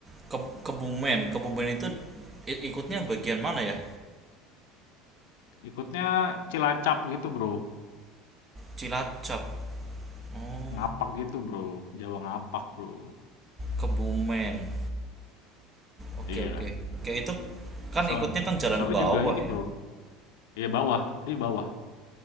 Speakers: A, on the right (about 25°); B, on the left (about 75°).
A: Ke Kebumen, Kebumen itu i- ikutnya bagian mana ya?
B: Ikutnya Cilacap gitu, Bro.
A: Cilacap. Oh,
B: Ngapak gitu, Bro. Jawa ngapak, Bro.
A: Kebumen. Oke
B: Iya.
A: oke. Kayak itu kan
B: Di sono
A: ikutnya kan jalan
B: di sono
A: bawah
B: juga ini,
A: ya.
B: Bro. Iya bawah, ini bawah.